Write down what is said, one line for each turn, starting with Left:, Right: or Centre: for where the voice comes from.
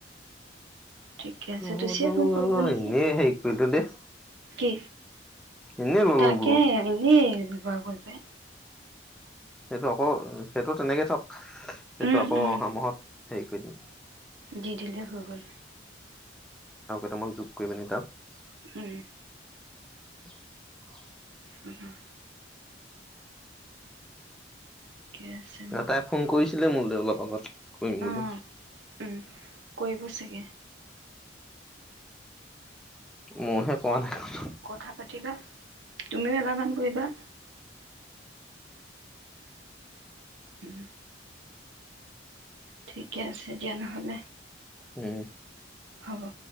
Right: ঠিকে আছে
Centre: <unintelligible>
Right: তুচিয়ে ফোন কৰিব নেকি
Centre: এনেই হেৰি কৰিলো দেই
Right: কি?
Centre: এনেই ললো
Right: তাকে
Centre: বোলো
Right: এনেই দুবাৰ কৰিলোঁ। লে
Centre: সেইটো আকৌ সেইটো তেনেকেই থক সেইটো
Right: উম
Centre: আকৌ
Right: উম
Centre: অহা মাহত হেৰি কৰি দিম।
Right: দি দিলে হৈ গ'ল।
Centre: আমাক যোগ কৰি পেনি তাত
Right: উম।
Centre: <inaudible>
Right: উম! ঠিকে আছে বাৰু
Centre: তাই ফোন কৰি ছিলে মোলে অলপ আগত কৰিম
Right: অ
Centre: বুলি
Right: উম কৰিব চাগে
Centre: মইহে কৰা নাই।
Right: কথা পাতিবা, তুমিও এবাৰমান কৰিবা। উম। ঠিকে আছে দিয়া নহ'লে।
Centre: উম।
Right: হ'ব।